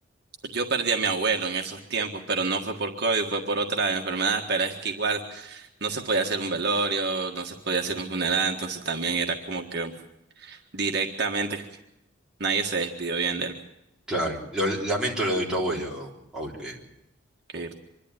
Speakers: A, on the right; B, in the centre.
A: yo perdí a mi abuelo en esos tiempos, pero no fue por COVID, fue por otra enfermedad, pero es que igual. no se podía hacer un velorio, no se podía hacer un funeral, entonces también era como que directamente nadie se despidió bien de él.
B: claro. Lo- lamento lo de tu abuelo, Paul. Eh,
A: Que-